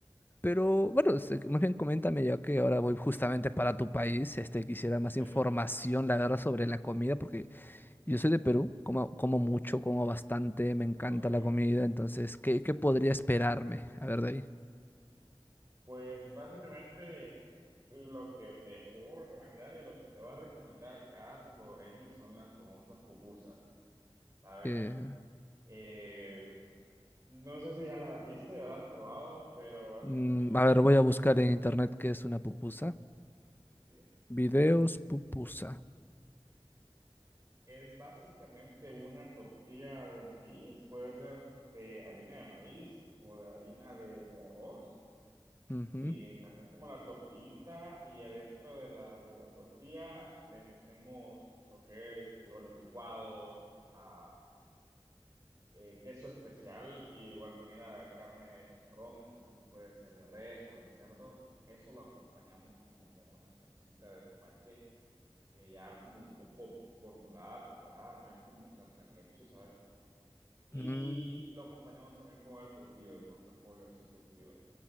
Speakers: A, on the left; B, on the right.
A: Pero bueno, este, más bien coméntame ya que ahora voy justamente para tu país, este, quisiera más
B: eh,
A: información, la verdad, sobre la comida, porque yo soy de Perú, como, como
B: no.
A: mucho, como bastante, me encanta
B: ok.
A: la comida, entonces, ¿qué, qué podría esperarme? A ver, de ahí.
B: Pues básicamente lo que te puedo recomendar y lo que te va a recomendar cada salvadoreño son las famosas pupusas, ¿sabes?
A: eh,
B: Eh, no sé si ya las has visto, ya las has probado, pero básicamente,
A: mm, a ver, voy
B: oh,
A: a buscar en internet qué es una pupusa.
B: ¿sí?
A: Videos pupusa.
B: Es básicamente una tortilla de maíz, puede ser de harina de maíz o de harina de, de arroz.
A: Ujú.
B: Y haces como la tortita y adentro de la, de la tortilla le metemos lo que es frijoles licuados, ah, eh, queso especial y de igual manera carne de chicharrón, así como puede ser de res o de cerdo. Eso lo acompañamos como con una salsita de tomate eh, ya como un poco formulada, preparada. No es como salsa ketchup, ¿sabes? Y
A: Mm,
B: lo acompañamos también con el curtido, con repollo así curtido.